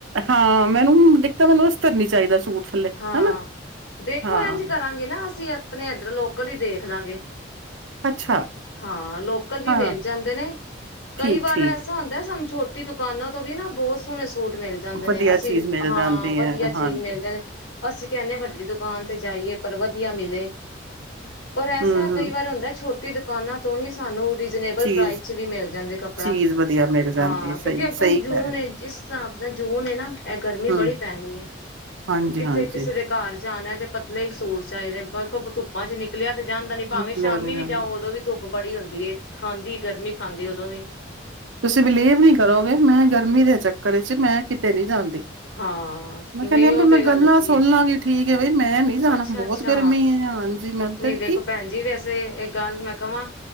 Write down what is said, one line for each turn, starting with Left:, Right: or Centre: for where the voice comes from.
Right: ਹਾਂ ਮੈਨੂੰ ਦਿੱਖਤਾ ਮੈਨੂੰ ਅਸਤਰ ਨੀ ਚਾਹੀਦਾ। ਸੂਟ ਥੱਲੇ
Left: ਹਾਂ
Right: ਹਨਾ
Left: ਦੇਖੋ
Right: ਹਾਂ
Left: ਇੰਝ ਕਰਾਂਗੇ ਨਾ ਅਸੀਂ- ਆਪਣੇ ਇੱਧਰ ਲੋਕਲ ਹੀ ਦੇਖ ਲਾਂਗੇ।
Right: ਅੱਛਾ
Left: ਹਾਂ ਲੋਕਲ ਵੀ
Right: ਹਾਂ
Left: ਮਿਲ ਜਾਂਦੇ ਨੇ ਕਈ
Right: ਠੀਕ
Left: ਵਾਰ
Right: ਠੀਕ
Left: ਐਸਾ ਹੁੰਦਾ ਸਾਨੁ ਛੋਟੀ ਦੁਕਾਨਾਂ ਤੋਂ ਵੀ ਨਾ ਬਹੁਤ ਸੋਹਣੇ ਸ ਸੂਟ ਮਿਲ ਜਾਂਦੇ ਨੇ
Right: ਵਧੀਆ
Left: ਅਸੀਂ
Right: ਚੀਜ਼ ਮਿਲ
Left: ਹਾਂ
Right: ਜਾਂਦੀ
Left: ਵਧੀਆ
Right: ਹੈ
Left: ਚੀਜ਼
Right: ਹਾਂਜੀ
Left: ਮਿਲ ਜਾਂਣੀ। ਅਸੀਂ ਕਹਿੰਦੇ ਵੱਡੀ ਦੁਕਾਨ ਤੇ ਜਾਈਏ ਪਰ ਵਧੀਆ ਮਿਲੇ ਪਰ ਐਸਾ
Right: ਹਮ
Left: ਕਈ
Right: ਹਮ
Left: ਵਾਰ ਹੁੰਦਾ ਛੋਟਾ ਤੇ ਦੁਕਾਨਾਂ ਤੋਂ ਹੀ ਸਾਨੂੰ ਰੀਜ਼ਨੇਬਲ
Right: ਚੀਜ਼
Left: ਪ੍ਰਾਈਸ ਚ ਵੀ ਮਿਲ ਜਾਂਦੇ ਕੱਪੜਾ
Right: ਚੀਜ਼ ਵਧੀਆ ਮਿਲ ਜਾਂਦੀ
Left: ਹਾਂ
Right: ਸਹੀ
Left: ਕਿਉਂਕਿ ਅੱਗੋਂ
Right: ਸਹੀ ਕਹਿ
Left: ਜੂਨ
Right: ਰਹੇ
Left: ਹੈ ਜਿਸ ਹਿਸਾਬ ਨਾਲ ਜੂਨ ਨਾ ਇਹ ਗਰਮੀ
Right: ਹੋ
Left: ਬੜੀ
Right: ਹਮ
Left: ਪੈਣੀ ਹੈ।
Right: ਹਾਂਜੀ
Left: ਕਿੱਥੇ
Right: ਹਾਂਜੀ
Left: ਕਿਸੇ ਦੇ ਘਰ ਜਾ ਆਣਾ ਤੇ ਪਤਲੇ ਸੂਟ ਚ ਆਏਦੇ ਨੇ ਧੁੱਪਾਂ ਚ ਨਿਕ ਨਿਕਲਿਆ ਤੇ ਜਾਣਦਾੀ ਭਾਵੇਂ
Right: ਨਿਕਲਿਆ
Left: ਸ਼ਾਮੀ ਵੀ ਜਾਓ ਉਦੋਂ ਵੀ ਧੁੱ ਬੜੀ ਹੁੰਦੀ ਏ ਖਾਂਦੀ ਗਰਮੀ ਉਦੋਂ ਵੀ
Right: ਤੁਸੀਂ ਬਿਲੀਵ ਨਹੀਂ ਕਰੋਗੇ ਮੈਂ ਗਰਮੀ ਦੇ ਚੱਕ ਘਰੇ ਚ ਮੈਂ ਕਿਤੇ ਨਹੀਂ ਜਾਂਦੀ
Left: ਹਾਂ
Right: ਮੈਂ
Left: ਨਹੀਂ
Right: ਕਹਿੰਦੀ ਆ
Left: ਉਹ
Right: ਵੀ ਮੈਂ
Left: ਤੇ ਗੱਲ
Right: ਗੱਲਾਂ
Left: ਹੈਗੀ
Right: ਸੁਣ
Left: ਏ
Right: ਲਾਂਗੀ ਠੀਕ ਹੈ ਬਈ ਮੈਂ ਨੀ ਜਾਣਾ
Left: ਅੱਛਾ-ਅੱਛਾ
Right: ਬਹੁਤ ਗਰਮੀ ਹੈ। ਹਾਂਜੀ ਮੈਂ
Left: ਨਹੀਂ
Right: ਤੇ
Left: ਦੇਖੋ
Right: ਕੀ
Left: ਭੈਣ ਜੀ ਵੈਸੇ ਇਹ ਗੱਲ ਮੈਂ ਕਵਾਂ